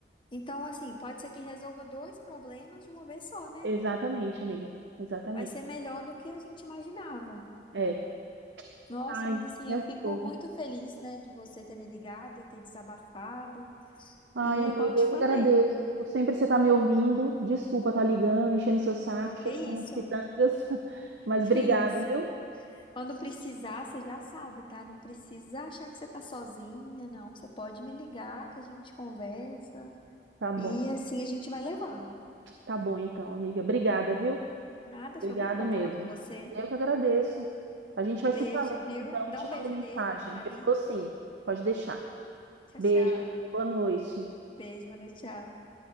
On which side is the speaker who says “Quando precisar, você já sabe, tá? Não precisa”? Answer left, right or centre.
Left